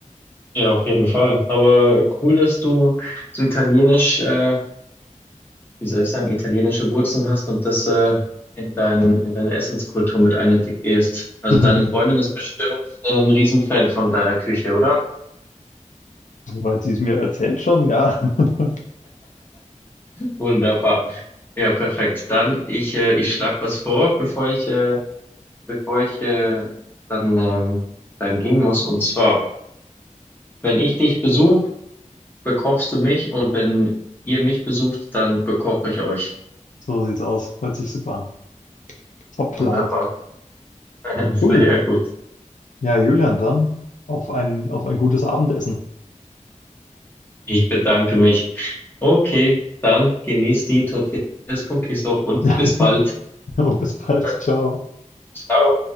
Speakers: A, on the left; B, on the left.
A: Ja, auf jeden Fall. Aber cool, dass du so italienisch, äh, wie soll ich sagen, italienische Wurzeln hast und das äh, in dein, in deine Essenskultur mit einintegrierst. Also
B: <laughs>
A: deine Freundin ist bestimmt ein Riesenfan von deiner Küche, oder?
B: Soweit sie es mir erzählt schon, ja. <laughs>
A: Wunderbar. Ja, perfekt. Dann ich, äh, ich schlage was vor, bevor ich, äh, bevor ich äh, dann, ähm, dann gehen muss. Und zwar, wenn ich dich besuche, bekochst du mich und wenn ihr mich besucht, dann bekoche ich euch.
B: So sieht's aus. Hört sich super an. Top
A: Wunderbar.
B: Plan.
A: <laughs> Sehr
B: Cool.
A: gut.
B: Ja, Julian, dann auf ein, auf ein gutes Abendessen.
A: Ich bedanke mich. Okay, dann genießt die Tortillas con Queso und
B: <laughs>
A: bis bald.
B: Jo, bis bald.
A: <laughs>
B: Ciao.
A: Ciao.